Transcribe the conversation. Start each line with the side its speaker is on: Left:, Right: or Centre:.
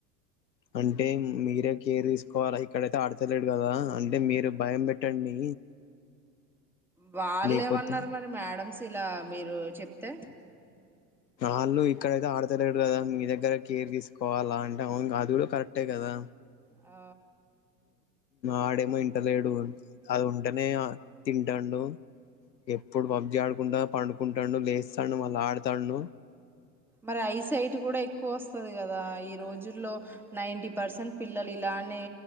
Left: అంటే మీరే కేర్ తీసుకోవాలా ఇక్కడ అయితే ఆడతలేడు కదా అంటే మీరు భయం పెట్టండి
Centre: వాళ్ళే
Left: లేకపోతే
Centre: ఏమన్నారు మరి మేడంమ్స్ ఇలా మీరు చెప్తే
Left: ఆళ్ళు ఇక్కడ అయితే ఆడతలేడు కదా మీ దగ్గర కేర్ తీసుకోవాలా అంటే అవును కాదు చూడు కరెక్టే కదా
Centre: ఆ
Left: ఆడేమో ఇంటలేడు అది ఉంటనే ఆ తింటాండు ఎప్పుడు పబ్జి ఆడుకుంటా పండుకుంటాండు లేస్తాను మళ్ళ ఆడతాన్ను
Centre: మర ఐస్ సైట్ కూడా ఎక్కువ వస్తు ఉత్తదికదా ఈ రోజుల్లో నైటీ పర్సెంట్ పిల్ ల్లల్ ఇలానే